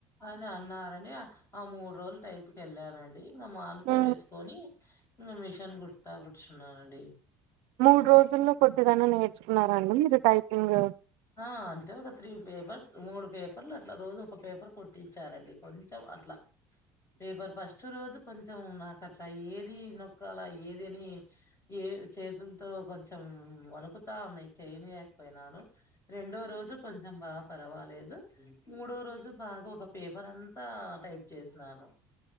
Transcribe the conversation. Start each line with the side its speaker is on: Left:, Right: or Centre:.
Left: అని అన్నారని ఆ మూడు రోలు టైపుకి వెళ్ళానండి ఇంకా మానుకోడ
Right: ఉ
Left: వేసుకొని ఇంకా మిషన్ కుడత కూర్చున్నానండి
Right: మూడు రోజుల్లో కొద్దిగన నేర్చుకున్నారండి మీరు టైపింగు
Left: ఆ అంటే ఒక త్రీ పేపర్ మూడు పేపర్లు అట్లా రోజు ఒక పేపర్ కొట్టించారండి కొంచెం అట్లా పేపర్ ఫస్ట్ రోజు కొంచెం నాకు అట్లా ఏది నొక్కాలా ఏదని ఏ చేతులతో కొంచెం వణుకుతా ఉన్నాయి చేయనిలేకపోయినాను రెండో రోజు కొంచెం బా పర్వాలేదు మూడో రోజు బాగా ఒక పేపర్ అం త టైప్ చేసినాను